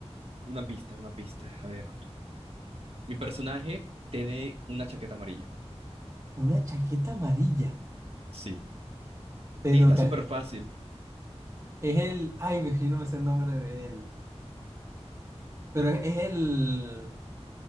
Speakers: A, on the right (about 60°); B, on the right (about 30°).
A: Una pista, una pista. A ver. Mi personaje tiene una chaqueta amarilla.
B: una chaqueta amarilla,
A: Sí.
B: pelo
A: Ey, está
B: cas-
A: súper fácil.
B: Es el, ay, ve, yo no me sé el nombre de él, pero es, es el,